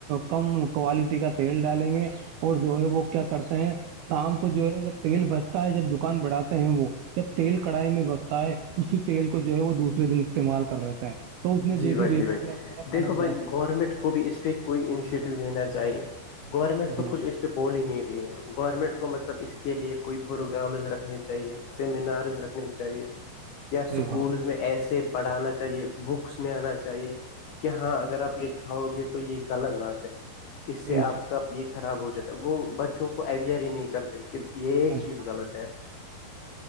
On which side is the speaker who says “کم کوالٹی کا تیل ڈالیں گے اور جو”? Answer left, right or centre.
Right